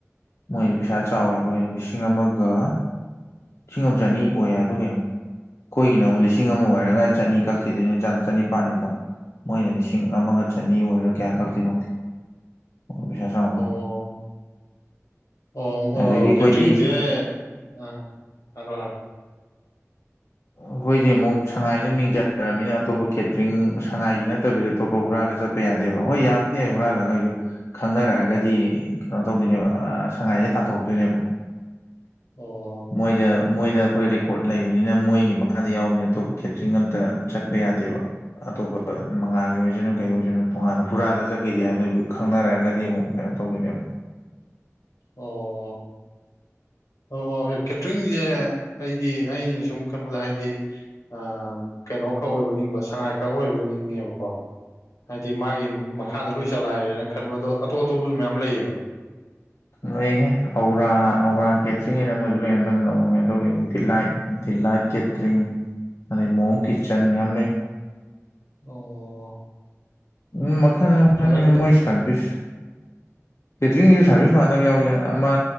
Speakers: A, on the left (about 60°); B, on the left (about 85°).
A: ꯃꯣꯏꯗꯤ ꯄꯩꯁꯥ ꯆꯥꯎꯋꯦ ꯍꯥꯏꯕ ꯀꯩꯅꯣ ꯂꯤꯁꯤꯡ ꯑꯃꯒ ꯂꯤꯁꯤꯡ ꯑꯃ ꯆꯅꯤ ꯑꯣꯏ ꯍꯥꯏꯕ꯭ꯔꯥ ꯀꯩꯅꯣ ꯑꯩꯈꯣꯏꯒꯤꯅ ꯑꯃꯕꯨꯛ ꯂꯤꯁꯤꯡ ꯑꯃ ꯑꯣꯏꯔꯒ ꯆꯅꯤ ꯀꯛꯈꯤꯗꯣꯏꯅꯤ ꯆꯅꯤꯄꯥꯜꯅꯤꯗꯣ ꯃꯣꯏꯅ ꯂꯤꯁꯤꯡ ꯑꯃꯒ ꯆꯅꯤ ꯑꯣꯏꯔꯥ ꯀꯌꯥ ꯀꯛꯇꯣꯏꯅꯣ ꯄꯩꯁꯥ ꯆꯉ
B: ꯑꯣ ꯑꯣ
A: ꯑꯗꯒꯤ
B: ꯑꯣ
A: ꯑꯩꯈꯣꯏꯗꯤ
B: ꯀꯦꯇꯔꯤꯡꯁꯦ ꯑ ꯑꯗ
A: ꯑꯩꯈꯣꯏꯗꯤ ꯑꯃꯨꯛ ꯁꯉꯥꯏꯗ ꯃꯤꯡ ꯆꯔꯕꯅꯤꯅ ꯑꯇꯣꯞꯄ ꯀꯦꯇ꯭ꯔꯤꯡ ꯁꯉꯥꯏꯒꯤ ꯅꯠꯇꯕꯤꯗ ꯑꯇꯣꯞꯄ ꯍꯨꯔꯥꯜꯂ ꯆꯠꯄ ꯌꯥꯗꯦꯕ ꯍꯣꯏ ꯌꯥꯕꯨꯗꯤ ꯌꯥ ꯑꯩ ꯍꯨꯔꯥꯜꯂꯒ ꯑꯩꯁꯨ ꯈꯪꯅꯔꯛꯑꯒꯗꯤ ꯀꯩꯅꯣ ꯇꯧꯗꯣꯏꯅꯦꯕ ꯁꯉꯥꯏꯁꯦ ꯇꯥꯟꯊꯣꯔꯛꯇꯣꯏꯅꯦꯕ
B: ꯑꯣ
A: ꯃꯣꯏꯗ ꯃꯣꯏꯗ ꯑꯩꯈꯣꯏ ꯔꯦꯀꯣꯔꯠ ꯂꯩꯕꯅꯤꯅ ꯃꯣꯏ ꯃꯈꯥꯗ ꯌꯥꯎꯕꯅꯦ ꯑꯇꯣꯞꯄ ꯀꯦꯇꯔꯤꯡ ꯑꯃꯇ ꯆꯠꯄ ꯌꯥꯗꯦꯕ ꯑꯇꯣꯞꯄ ꯃꯉꯥꯒꯤ ꯑꯣꯏꯁꯅꯨ ꯀꯩ ꯑꯣꯏꯁꯅꯨ ꯇꯣꯉꯥꯟꯅ ꯍꯨꯔꯥꯜꯂ ꯆꯠꯀꯦꯗꯤ ꯑꯗꯨ ꯑꯣꯏꯁꯨ ꯈꯪꯅꯔꯒꯗꯤ ꯑꯃꯨꯛ ꯀꯩꯅꯣ ꯇꯧꯗꯣꯏꯅꯦꯕ
B: ꯑꯣ ꯑꯣ ꯑꯣ ꯀꯦꯇꯔꯤꯡꯁꯦ ꯑꯩꯗꯤ ꯑꯩꯅ ꯁꯨꯝ ꯈꯟꯕꯗ ꯍꯥꯏꯗꯤ ꯑ ꯀꯩꯅꯣ ꯈꯔ ꯑꯣꯏꯕ ꯅꯤꯡꯕ ꯁꯉꯥꯏ ꯈꯔ ꯑꯣꯏꯕ ꯅꯤꯡꯉꯦꯕꯀꯣ ꯍꯥꯏꯗꯤ ꯃꯥꯒꯤ ꯃꯈꯥꯗ ꯂꯣꯏ ꯆꯂꯥꯏꯔꯦꯅ ꯈꯟꯕ ꯑꯗꯣ ꯑꯇꯣꯞ ꯑꯇꯣꯞꯄꯁꯨ ꯃꯌꯥꯝ ꯂꯩꯌꯦꯕ
A: ꯂꯩꯍꯦ ꯑꯔꯥ ꯑꯔꯥ ꯀꯦꯇ꯭ꯔꯤꯉꯩꯅ ꯑꯃꯁꯨ ꯂꯩꯅꯗꯪ ꯅꯃꯒꯦ ꯇꯧ ꯗꯤꯂꯥꯏꯠ ꯗꯤꯂꯥꯏꯠ ꯀꯦꯇꯔꯤ <unintelligible> ꯀꯤꯆꯟ ꯌꯥꯝ
B: <unintelligible>
A: ꯎꯝ ꯃꯈꯜ ꯃꯈꯜꯅꯤꯅ
B: ꯐꯖꯅ
A: ꯃꯣꯏ ꯁꯥꯔꯚꯤꯁ ꯀꯦꯇꯔꯤꯡꯁꯨ ꯁꯥꯔꯚꯤꯁ ꯃꯥꯟꯅꯗꯕ ꯌꯥꯎꯋꯤꯗꯅ ꯑꯃ